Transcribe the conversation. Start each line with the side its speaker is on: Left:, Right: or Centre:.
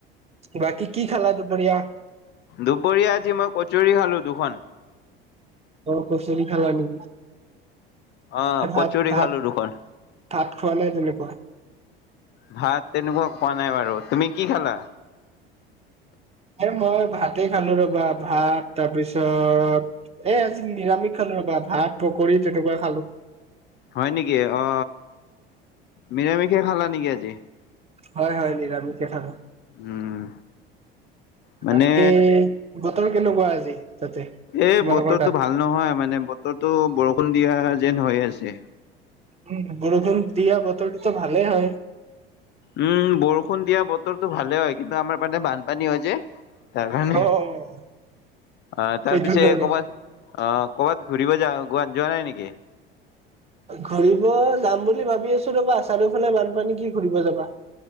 Right: বাকী কি খালা দুপৰীয়া?
Left: দুপৰীয়া আজি মই কচৰি খালো দুখন।
Right: অ', কচুৰী খালা নি
Left: অ কচৰি
Right: ভাত ভাত।
Left: খালো দুখন
Right: ভাত খোৱা নাই তেনেকুৱা?
Left: ভাত তেনেকুৱা খোৱা নাই বাৰু, তুমি কি খালা?
Right: এ, মই ভাতেই খালো ৰবা, ভাত তাৰপিছত এ আজি নিৰামিষ খালো ৰবা ভাত পকৰী তেনেকুৱা খালো।
Left: হয় নেকি অ, নিৰামিষে খালা নেকি আজি?
Right: হয়, হয়, নিৰামিষে খালো।
Left: উম, মানে
Right: বাকী, বতৰ কেনেকুৱা আজি তাতে?
Left: এই
Right: তোমালোকৰ
Left: বতৰটো
Right: তাত?
Left: ভাল নহয় মানে বতৰটো বৰষুণ দিয়া যেন হৈ আছে।
Right: উ, বৰষুণ দিয়া বতৰটোটো ভালেই হয়।
Left: উম, বৰষুণ দিয়া বতৰটো ভালে হয়। কিন্তু আমাৰ মানে বানপানী হয় যে। তাৰ কাৰণে,
Right: অ
Left: আহ তাৰ
Right: সেইটো
Left: পিছ
Right: কাৰণে
Left: ক'বাত অ', ক'ৰবাত ঘূৰিব য যোৱা নাই নেকি?
Right: ঘুৰিব যাম বুলি ভাবি আছো ৰবা, চাৰিওফালে বানপানী কি ঘুৰিব যাবা